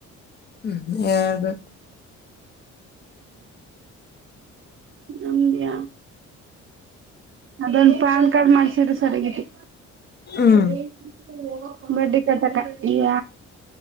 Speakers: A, on the left (about 35°); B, on the right (about 45°).
A: ಹ್ಮ್ ಹೇಳ್ಬೇಕು.
B: ನಮ್ದಿಯ ಅದೊಂದು ಪ್ಯಾನ್ ಕಾರ್ಡ್ ಮಾಡ್ಸಿದ್ರೆ ಸರಿಯಾಗಿತ್ತು.
A: ಹ್ಮ್
B: <inaudible> ಮಡ್ಡಿ ಕಟಕಾಗ್ತಿಲ್ಲ